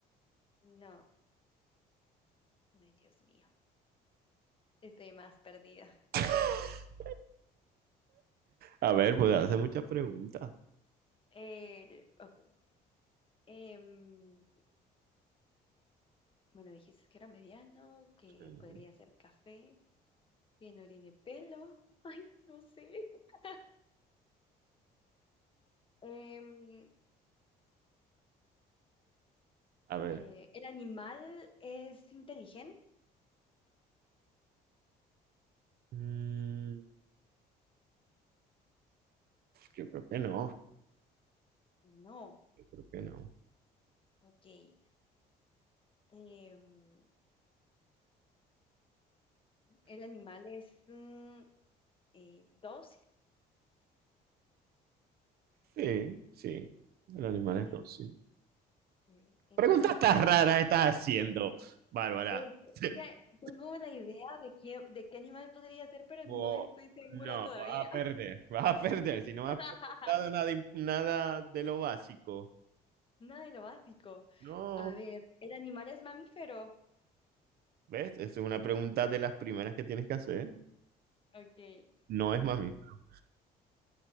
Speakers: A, on the left; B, on the right.
A: No. Ay, Dios mío. Estoy más perdida.
B: <laughs> A ver, pues hace muchas preguntas.
A: El, ok. Em, bueno, dijiste que era mediano, que
B: Sí.
A: podría ser café, que no tiene pelo. Ay, no sé. <laughs> Em,
B: A ver.
A: Eh, ¿el animal es inteligente?
B: Mm, yo creo que no,
A: No.
B: yo creo que no.
A: Ok. Em, ¿el animal es mm, eh, dócil?
B: Sí, sí, el animal
A: Sí.
B: es dócil.
A: eh, tengo
B: Preguntas
A: algo en la
B: tan
A: mente.
B: raras estás haciendo, Bárbara.
A: Es-
B: <laughs>
A: ya tengo la idea de qué, de qué animal podría ser, pero
B: Bo-
A: no estoy segura
B: No,
A: todavía.
B: vas a perder, vas a perder si no
A: <laughs>
B: has preguntado nada, im- nada de lo básico.
A: Nada de lo básico.
B: No,
A: A ver, ¿el animal es mamífero?
B: ¿ves? Esa es una pregunta de las primeras que tienes que hacer.
A: Ok. Eh,
B: No es mamífero,